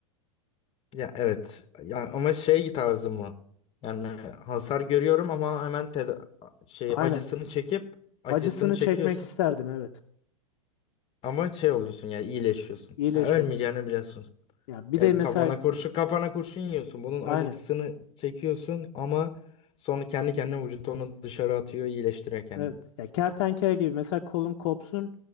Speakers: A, on the left; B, on the left.
A: Ya evet. Ya ama şey tarzı mı? Yani hasar görüyorum ama hemen teda şey
B: Aynen.
A: acısını çekip acısını
B: Acısını
A: çekiyorsun.
B: çekmek isterdim evet.
A: Ama şey oluyorsun yani iyileşiyorsun.
B: İyileşiyorum.
A: Ya ölmeyeceğini biliyorsun.
B: Ya bir
A: Yani
B: de mesela
A: kafana kurşun kafana kurşun yiyorsun. Bunun
B: aynen.
A: acısını çekiyorsun ama sonra kendi kendine vücut onu dışarı atıyor iyileştiriyor kendini.
B: Evet. Ya kertenkele gibi mesela kolum kopsun,